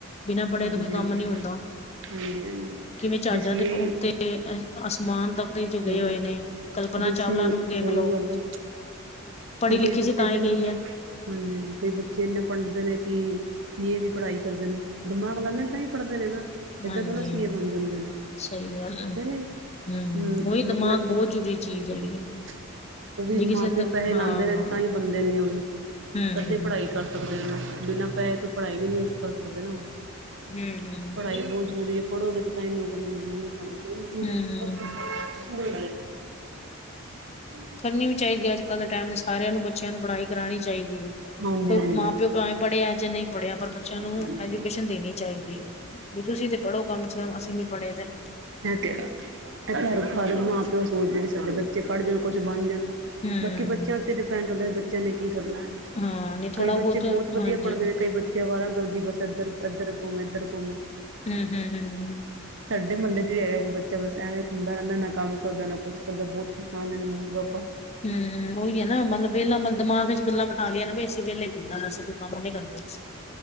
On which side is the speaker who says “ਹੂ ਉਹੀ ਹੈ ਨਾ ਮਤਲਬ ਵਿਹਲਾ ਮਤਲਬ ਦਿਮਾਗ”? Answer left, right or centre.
Left